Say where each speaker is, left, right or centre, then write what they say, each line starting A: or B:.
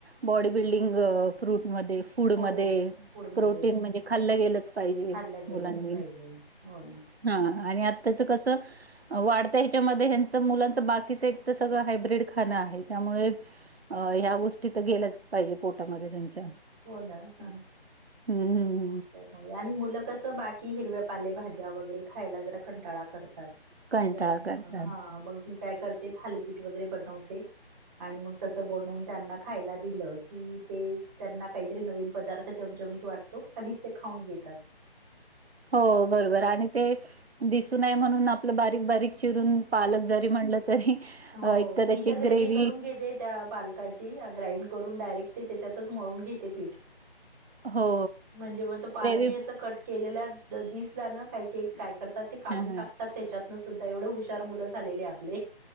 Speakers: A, on the right; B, on the right.
A: बॉडी बिल्डिंग फ्रूटमध्ये फूडमध्ये
B: हो फूडमध्ये
A: प्रोटीन म्हणजे खाल्लं गेलंच पाहिजे
B: खाल्ला गेलाच
A: मुलांनी
B: पाहिजे हो ना
A: हा आणि आता त्याच कसं. वाढतं ह्याच्यामध्ये ह्यांच मुलांचं बाकीचं एक तर सगळं हायब्रीड खाणं आहे त्यामुळे अ ह्या गोष्टी तर गेल्याच पाहिजे पोटामध्ये त्यांच्या
B: हो ना हा.
A: हम् हम.
B: त्याच्यामुळे आणि मुलं कसं बाकी हिरव्या पाले भाज्या वगैरे खायला जरा कंटाळा करतात.
A: कंटाळा
B: तर म
A: करतात.
B: हा मग मी काय करते थालीपीठ वगैरे बनवते. आणि मग तस बनवून त्यांना खायला दिलं की ते त्यांना काहीतरी नवीन पदार्थ चमचमीत वाटतो आणि ते खाऊन घेतात.
A: हो बरोबर आणि ते दिसूनये म्हणून आपलं बारीक बारीक चिरून पालक जरी म्हणलं तरी. अ,
B: हो
A: एकतर त्याची
B: मी तर ग्रेवी
A: ग्रेव्ही
B: करून घेते. त्या पालकाची ग्राइंड करून डायरेक्ट ते त्याच्यातच मळून घेते पीठ
A: हो,
B: म्हणजे मग तो पालकही
A: ग्रेव्ही
B: अस कट केलेल्या दिसला ना काही के काय करतात ते काढून
A: हं, हं.
B: टाकतात. त्याच्यातनं सुद्धा एवढं हुशार मुलं झालेले आपले